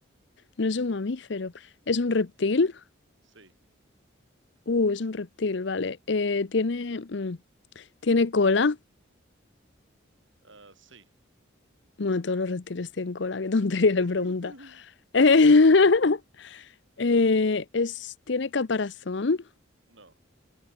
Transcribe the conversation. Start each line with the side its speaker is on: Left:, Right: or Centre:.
Left: No es un mamífero, es un reptil.
Right: sí,
Left: Uh, es un reptil, vale. Eh, tiene, mm, tiene cola.
Right: ah, sí,
Left: Bueno, todos los reptiles tienen cola, qué <laughs> tontería
Right: <laughs>
Left: de pregunta. Eh, <laughs> eh, es, ¿tiene caparazón?
Right: no,